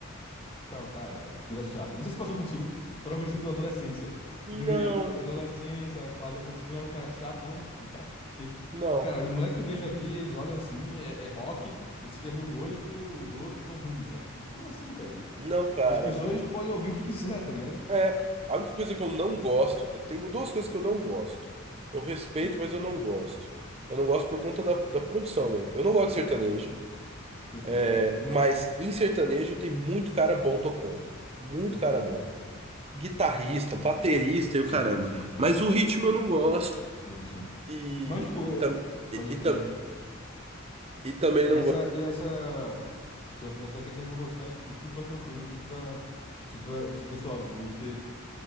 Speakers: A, on the left (about 25°); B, on the right (about 30°).
A: Cara, cara, que coisa chata. Não sei se passou contigo, provavelmente na tua adolescência.
B: Não,
A: Tu deveria, adolescência, fase adolescente, tu não era um cara chato, não? Tipo, chato porque...
B: não,
A: Cara, o moleque que eu vejo aqui, eles olham assim, é, é rock, esse aqui é meu gosto, os outros são ruins, sabe? Tipo, como assim, cara?
B: não, cara.
A: As pessoas podem ouvir o que quiser, tá ligado?
B: É, a única coisa que eu não gosto, eu tenho duas coisas que eu não gosto. Eu respeito,
A: Sim,
B: mas eu não gosto. Eu não gosto por conta da, da produção mesmo. Eu não gosto de sertanejo.
A: perfeito,
B: É, mas em sertanejo tem muito cara bom tocando. Muito
A: perfeito.
B: cara bom. Guitarrista, baterista e
A: Sim,
B: o caramba.
A: sim, sim,
B: Mas o ritmo eu não gosto.
A: sim, sim.
B: E,
A: Mas, tipo,
B: e,
A: é-
B: tam, e,
A: pode
B: e
A: crer.
B: tam, e também
A: E
B: não
A: essa,
B: gosto.
A: e essa, se tu pensar a questão de não gostar, tipo, super tranquilo, super, super, super suave, o que...